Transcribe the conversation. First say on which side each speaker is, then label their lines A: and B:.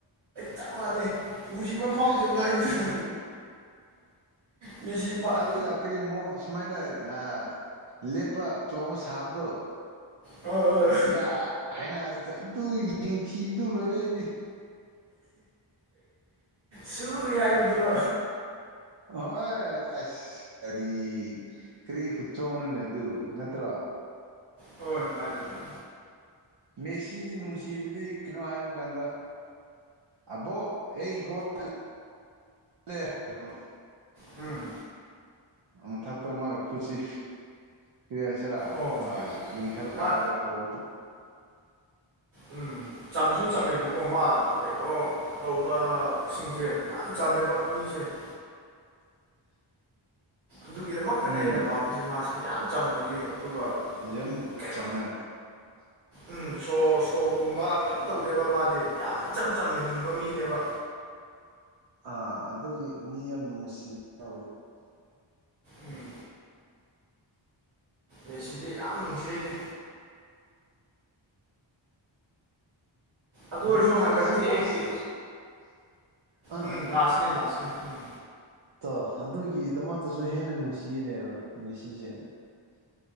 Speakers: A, on the right (about 85°); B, on the right (about 60°).
A: ꯆꯞ ꯃꯥꯟꯅꯩ ꯅꯨꯡꯁꯤꯕ ꯐꯥꯎꯗꯦꯕ ꯑꯩꯁꯨ ꯃ‌ꯦꯁꯤꯄꯥꯠ
B: ꯑꯒ ꯀ꯭ꯔꯤ ꯃꫭꯡ ꯁꯨꯃꯥꯏꯅ ꯑ ꯂꯦꯞꯄ ꯆꯣꯡꯕ ꯁꯥꯕꯗꯣ
A: ꯍꯣꯏ ꯍꯣꯏ
B: ꯌꯥ ꯍꯥꯏꯅ ꯑꯗꯨ ꯌꯦꯡ ꯊꯤꯕꯗꯨ ꯂꯣꯏꯔꯦ ꯑꯩꯗꯤ
A: ꯁꯨꯏ ꯍꯥꯏꯕꯗꯨꯔꯣ
B: ꯍꯣꯏ ꯑꯁ ꯀꯔꯤ ꯀꯔꯤ ꯈꯨꯠꯆꯣꯡꯅꫭꯅꯦ ꯑꯗꯨ ꯅꯠꯇ꯭ꯔꯣ
A: ꯍꯣꯏ ꯃꯥꯅꯤ ꯃꯥꯅꯤ
B: ꯃꯦꯁꯤꯗꯤ ꯅꯨꯡꯁꯤꯕꯗꯤ ꯀꯩꯅꯣ ꯍꯥꯏꯕ ꯀꯥꯟꯗ ꯑꯕꯣꯛ ꯑꯩ ꯒꫭꯜ ꯆꯜ ꯂ‌ꯦ ꯂ‌ꯦ ꯍꯥꯏꯀꫭ
A: ꯎꯝ
B: ꯑ ꯃꯊꯛꯇ ꯃ ꯈꯨꯠꯁꯤ ꯀ ꯍꯥꯏꯁꯤꯔꯥ
A: ꯑꯣ
B: ꯌꯦꯡꯈꯂꯀꯥꯟꯗ
A: ꯃꯥ
B: ꯇꯧꯕꯗꯨ
A: ꯎꯝ ꯆꯝꯁꯨ ꯆꯝꯃꯦꯕꯀꯣ ꯃꯥ ꯀꯩꯅꯣ ꯇꯧꯕ ꯁꯤꯡꯁꯦ ꯌꯥꯝ ꯆꯝꯃꯦꯕ ꯃꯤꯁ <unintelligible>
B: <unintelligible>
A: ꯑꯗꯨꯒꯤꯗꯃꯛꯇꯅꯦ
B: ꯎꯝ
A: ꯑꯩꯅ ꯄꯥꯝꯃꯤꯁꯦ ꯃꯥꯁꯦ ꯌꯥꯝ ꯆꯝꯕꯒꯤ ꯑꯗꯨꯒ
B: ꯌꯥꯝꯦꯝ
A: ꯀꯩꯝ
B: ꯆꯃꯦ
A: ꯎꯝ ꯁꯣ ꯁꯣꯒꯨꯝꯕ ꯀꯩꯝ ꯇꯧꯗꯦꯕ ꯃꯥꯗꯤ ꯌꯥꯝ ꯏꯆꯝ ꯆꯝꯅ ꯍꯤꯡꯕ ꯃꯤꯅꯦꯕ
B: ꯑꯥ ꯑꯗꯨꯗꯤ ꯃꯤ ꯌꯥꯝ ꯅꯨꯡꯁꯤ ꯇꯦ
A: ꯎꯝ ꯑꯦ ꯁꯤꯗꯤ ꯌꯥꯝ ꯅꯨꯡꯁꯤꯩꯗ ꯑꯗꯨ ꯑꯣꯏꯔꯁꯨ
B: ꯃꯥꯁꯨ
A: ꯍꯟꯗꯛꯇꯤ
B: ꯑꯁꯤ ꯂꯥꯁ
A: ꯑꯩ
B: ꯑꯥ
A: ꯎꯝ ꯂꯥꯁꯅꯦ ꯂꯥꯁꯅꯦ ꯎꯝ
B: ꯇꯣ ꯑꯗꯨꯒꯤꯗꯃꯛꯇꯁꯨ ꯍꯦꯟꯅ ꯅꯨꯡꯁꯤꯅꯦꯔꯣ ꯉꯁꯤꯁꯦꯅꯦ